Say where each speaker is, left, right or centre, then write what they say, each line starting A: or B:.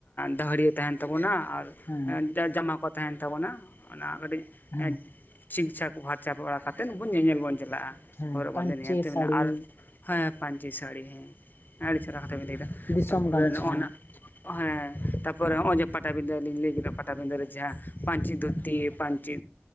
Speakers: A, on the left; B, on the left.
A: ᱫᱟᱹᱦᱲᱤᱭᱟᱹ ᱛᱟᱦᱮᱱ ᱛᱟᱵᱚᱱᱟ, ᱟᱨ
B: ᱦᱮᱸ
A: ᱡᱟ ᱡᱟᱢᱟ ᱠᱚ ᱛᱟᱦᱮᱱ ᱛᱟᱵᱚᱱᱟ ᱚᱱᱟ ᱠᱟᱹᱴᱤᱡ
B: ᱦᱮᱸ
A: ᱥᱤᱠᱪᱷᱟ ᱠᱚ ᱯᱷᱟᱨᱪᱟ ᱵᱟᱲᱟᱛᱮᱫ ᱧᱮᱧᱮᱞ ᱵᱚᱱ ᱪᱟᱞᱟᱜ-ᱟ,
B: ᱦᱮᱸ
A: ᱦᱚᱨᱚᱜ
B: ᱯᱟᱹᱧᱪᱤ
A: ᱵᱟᱸᱫᱮ ᱱᱮᱛ ᱢᱮᱱᱟᱜ-ᱟ,
B: ᱥᱟᱹᱲᱤ
A: ᱟᱨ ᱦᱮᱸ ᱯᱟᱹᱧᱪᱤ ᱥᱟᱹᱲᱤ ᱦᱮᱸ ᱟᱹᱰᱤ ᱪᱮᱦᱨᱟ ᱦᱟᱛᱟᱣᱤᱧ ᱞᱟᱹᱭᱮᱫᱟ
B: ᱫᱤᱥᱚᱢ
A: ᱛᱟᱨᱯᱚᱨᱮ
B: ᱜᱟᱢᱪᱷᱟ
A: ᱱᱚᱜᱚ ᱱᱟ ᱦᱮᱸ ᱛᱟᱯᱚᱨ ᱱᱚᱜ ᱚᱭᱮ ᱯᱟᱴᱟᱵᱤᱫᱟᱹᱞᱤᱤᱧ ᱞᱟᱹᱭ ᱠᱮᱫᱟ᱾ ᱯᱟᱴᱟᱵᱤᱸᱫᱟᱹ ᱨᱮ ᱡᱟᱦᱟᱸ ᱯᱟᱱᱹᱪᱤ ᱫᱷᱩᱛᱤ ᱯᱟᱹᱱᱪᱤ